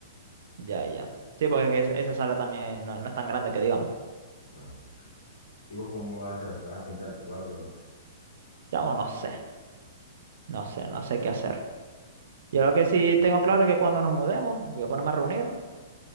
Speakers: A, on the right; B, on the left.
A: Ya, ya. Sí, porque es que es- esa sala también no, no es tan grande que digamos.
B: no. ¿Y vos cómo vas a, vas a pintar tu cuarto?
A: Chamo, no sé, no sé, no sé qué hacer. Yo lo que sí tengo claro es que cuando nos mudemos, voy a ponerme a reunir,